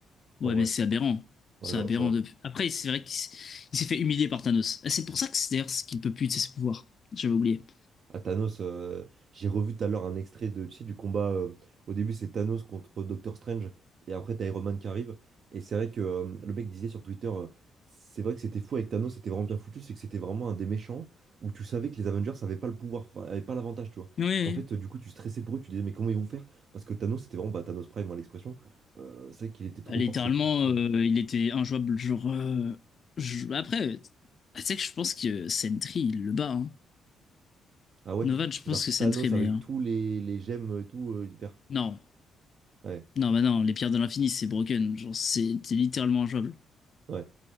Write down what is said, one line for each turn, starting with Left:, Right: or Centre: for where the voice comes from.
Left: Ouais,
Right: en vrai.
Left: mais c'est aberrant.
Right: Ouais,
Left: C'est
Right: genre,
Left: aberrant
Right: c'est vrai.
Left: de... Après, c'est vrai qu'il s- il s'est fait humilier par Thanos. Et C'est pour ça que c'est d'ailleurs ce qu'il ne peut plus utiliser ses pouvoirs. J'avais oublié.
Right: À Thanos, euh, j'ai revu tout à l'heure un extrait de, tu sais, du combat. euh, au début, c'est Thanos contre Doctor Strange, et après, t'as Iron Man qui arrive. Et c'est vrai que euh, le mec disait sur Twitter, euh, c'est vrai que c'était fou avec Thanos, c'était vraiment bien foutu, c'est que c'était vraiment un des méchants où tu savais que les Avengers n'avaient pas le pouvoir, enfin, avaient pas l'avantage, tu vois.
Left: Oui,
Right: Qu'en fait, euh, du coup, tu stressais pour eux, tu disais, mais comment ils vont faire? Parce que Thanos, c'était vraiment bah, Thanos Prime, hein, l'expression. Euh, c'est vrai qu'il était trop
Left: Bah, littéralement,
Right: fort, ce, ce-
Left: euh, il était injouable. Genre, euh, je- après, tu sais que je pense que Sentry, il le bat. Hein.
Right: Ah ouais,
Left: Novan, je pense
Right: genre
Left: que
Right: Thanos
Left: Sentry est meilleur.
Right: avec tous les, les gemmes et tout, euh, hyper.
Left: Non,
Right: Ouais,
Left: non, bah non, les pierres de l'infini, c'est broken. Genre, c'est c'est littéralement injouable.
Right: ouais.